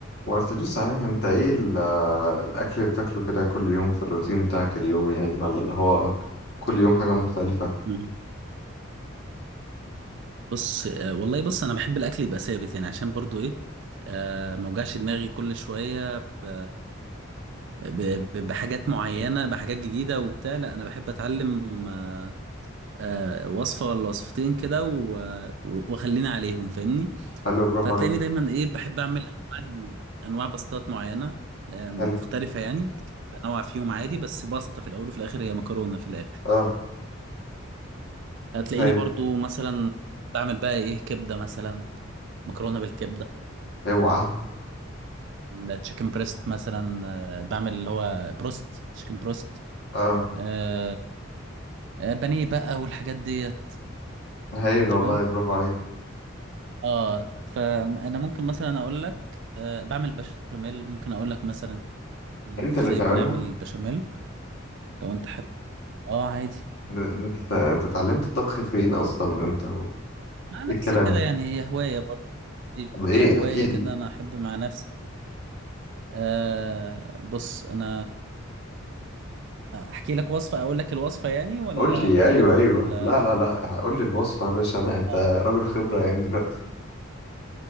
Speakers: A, on the left; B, on the right.
A: ما قلتليش صحيح انت ايه ال- الاكل اللي بتاكله كده كل يوم في الروتين بتاعك اليومي يعني ولا اللي هو كل يوم حاجة مختلفة
B: مهم. بص آه والله بص انا بحب الاكل يبقى ثابت يعني عشان برضو ايه آه ما اوجعش دماغي كل شويه ب... ب... ب- بحاجات معينه بحاجات جديده وبتاع لا انا بحب اتعلم آه آه وصفه ولا وصفتين كده و... و- واخليني عليهم فاهمني
A: حلو برافو
B: فهتلاقيني
A: عليك
B: دايما ايه بحب اعمل انواع انواع باستات معينه آه مختلفه
A: حلو
B: يعني بنوع فيهم عادي بس باستا في الاول وفي الاخر هي مكرونه في الاخر
A: اه
B: هتلاقيني
A: هايل
B: برضو مثلا بعمل بقى ايه كبده مثلا مكرونه بالكبده
A: اوعى
B: التشيكن بريست مثلا آه، بعمل اللي هو بروست تشيكن بروست
A: اه
B: آه، آه، بانيه بقى والحاجات ديت
A: هايل
B: تمام
A: والله برافو عليك
B: اه فانا ممكن مثلا اقول لك آه، بعمل بشاميل ممكن اقول لك مثلا ازاي
A: انت اللي بتعمله
B: بنعمل البشاميل لو انت حابب اه عادي
A: ده- ده انت انت اتعلمت الطبخ فين اصلا وامتى و...
B: مع نفسي
A: ايه الكلام
B: كده
A: ده
B: يعني هي هوايه برضه
A: طب ايه
B: هي هوايه
A: احكي لي
B: كده انا احب مع نفسي آه بص انا احكي لك وصفة اقول لك الوصفة يعني ولا
A: قول لي
B: احكي
A: ايوه
B: لك
A: ايوه
B: ال
A: لا لا لا قول لي الوصفة يا باشا انا انت
B: اه
A: راجل خبرة يعني دلوقتي